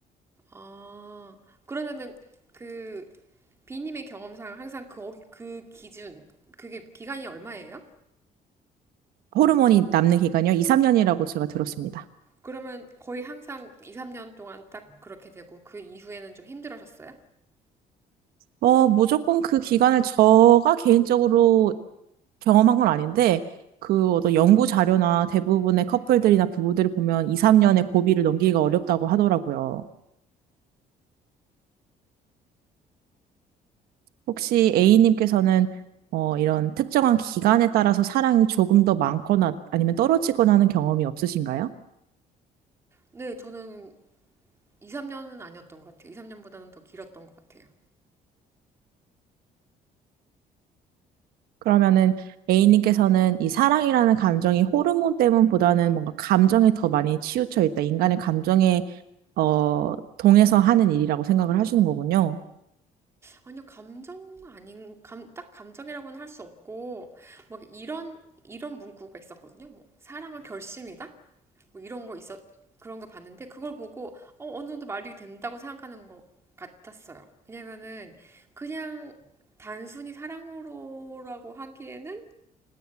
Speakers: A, on the right (about 15°); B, on the right (about 85°).
A: 아, 그러면은 그 b 님의 경험상 항상 그, 그 기준, 그게 기간이 얼마예요?
B: 호르몬이 남는 기간이요? 2, 3년이라고 제가 들었습니다.
A: 그러면 거의 항상 2, 3년 동안 딱 그렇게 되고 그 이후에는 좀 힘들어하셨어요?
B: 어, 무조건 그 기간을 제가 개인적으로 경험한 건 아닌데, 그 어떤 연구 자료나 대부분의 커플들이나 부부들을 보면 2, 3년의 고비를 넘기기가 어렵다고 하더라고요. 혹시 A님께서는 어, 이런 특정한 기간에 따라서 사랑이 조금 더 많거나 아니면 떨어지거나 하는 경험이 없으신가요?
A: 네, 저는 2, 3년은 아니었던 것 같아요. 2, 3년보다는 더 길었던 것 같아요.
B: 그러면은 A님께서는 이 사랑이라는 감정이 호르몬 때문보다는 뭔가 감정에 더 많이 치우쳐 있다. 인간의 감정에 어, 동해서 하는 일이라고 생각을 하시는 거군요.
A: 아니요, 감정 아닌, 감, 딱 감정이라고는 할 수 없고, 막 이런, 이런 문구가 있었거든요. 뭐, 사랑은 결심이다? 뭐 이런 거 있었 그런 거 봤는데 그걸 보고 어, 어느 정도 말이 된다고 생각하는 것 같았어요. 왜냐면은 그냥 단순히 사랑으로라고 하기에는